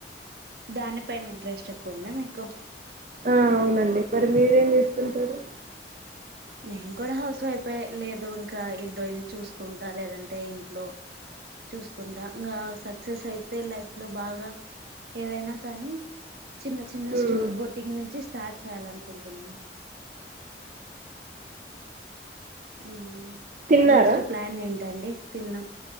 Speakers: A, on the right (about 60°); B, on the right (about 45°).
A: దానిపైన ఇంట్రెస్ట్ ఎక్కువందా మీకు
B: ఆ అవునండి మరి మీరేం చేస్తుంటారు
A: మేము కూడా హౌస్ వైఫే లేదు ఇంకా ఇదో ఇది చూసుకుంటా లేదంటే ఇంట్లో చూసుకుంటా ఇంకా సక్సెస్ అయితే లైఫ్ లో బాగా ఏదైనా కానీ చిన్న చిన్న
B: హ్మ్.
A: స్టోర్ బోటిక్ నుంచి స్టార్ట్ చేయాలనుకుంటున్నాం ఉ
B: తిన్నారా?
A: నెక్స్ట్ ప్లాన్ ఏంటండి తిన్నాం